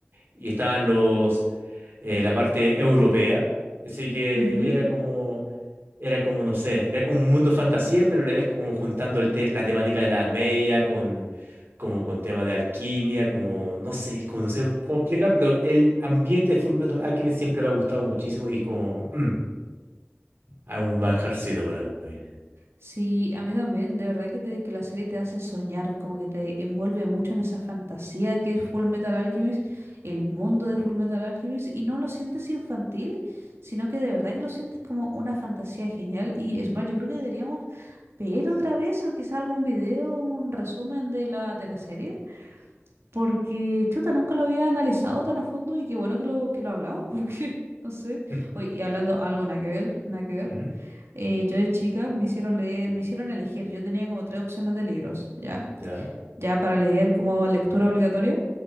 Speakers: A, on the right (about 60°); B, on the right (about 75°).
A: Y estaban los eh, la parte europea. Así que
B: ujú.
A: era como, era como, no sé, era como un mundo fantasía, pero a la vez como juntando el te- la temática de la Edad Media con, como con temas de alquimia, como, no sé, como no sé cómo explicarlo. El ambiente de Fullmetal Alchemist siempre me ha gustado muchísimo y como, mm, hay un manjarcito para mí.
B: Sí, a mí también. De verdad que, te- que la serie te hace soñar, como que te envuelve mucho en esa fantasía que es Full Metal Alchemist, el mundo de Full Metal Alchemist, y no lo sientes infantil, sino que de verdad que lo sientes como una fantasía genial. Y es más, yo creo que deberíamos ver otra vez o quizá algún video, un resumen de la, de la serie. Porque, chuta, nunca lo había analizado tan a fondo y qué bueno que lo, que lo hablamos, <laughs> porque, no sé.
A: <laughs>
B: Oye, y hablando algo nada que ver, nada que ver,
A: Ujú,
B: eh, yo de chica me hicieron leer, me hicieron elegir. Yo tenía como tres opciones de libros, ¿ya?
A: Ya,
B: Ya para leer como lectura obligatoria.